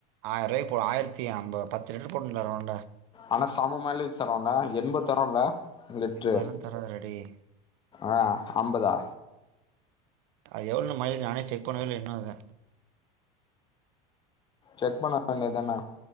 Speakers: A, on the right (about 70°); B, on the left (about 25°).
A: ஆயிரம் ரூவாய்கு போடு ஆயிரத்தி ஐம்ப பத்து லிட்டர் போடுன்ருவ ரவுண்ட
B: ஆனா சம மைலேஜ் தரும்ல எண்பது தரும்ல லிட்ரு
A: எண்பதுலா தராதுடா டேய்
B: ஆ அம்பதா
A: அது எவ்ளோ மைல்லேஜு நானே செக் பண்ணவே இல இன்னும் அத
B: செக் பண்ண வேண்டியது தானா